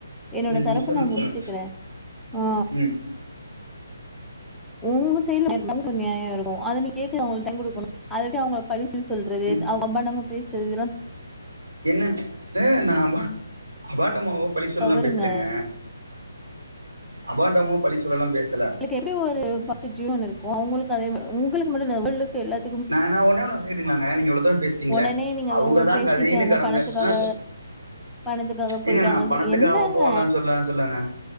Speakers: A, in the centre; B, on the right.
A: என்னோட
B: ம்
A: தரப்பு
B: ம் சொல்லுங்க
A: நா முடிச்சுக்கிறே
B: சொல்லுங்க
A: ஆ
B: ம்
A: உங்க செய்யல <unintelligible> இருக்கு அது நீ கேக்குதா அவங்க டைம் கொடுணு அது எப்டி அவுங்கள படிஷ்சி சொல்றது
B: ம்
A: அபாடம்மா பேசுறதுல்லா
B: என்னங் ந அபா அபாண்டமாவோ பழி சொல்லீல்லா
A: தவறுங்க
B: பேசலங்க அபாண்டமோ பழி சொல்லீல்லா பேசல
A: க்கு எப்டி ஒரு பாசிட்டிவனு இருக்கு அவங்களுக்கு அதே மாறி உங்களுக்கு மட்டுல்ல அவளுக்கு எல்லாத்
B: நானா ஒன்னே ஒன்னு கேட்டுக்கலாங்க நீங்க இவ்ளோத்தூரோ பேசுரிங்ள
A: ஒடனே நீங்க
B: அவங்கதா
A: ஒ- பேசிட்டாங்க
B: கதின்னு கெடந்தே
A: பணத்துக்காக
B: ஆ
A: பணத்துக்காக
B: ஏங்க
A: போயிட்டாங்க
B: நா பணத்துக்காவோ
A: சரி, என்னங்க
B: போலா சொல்ல சொல்லுங்க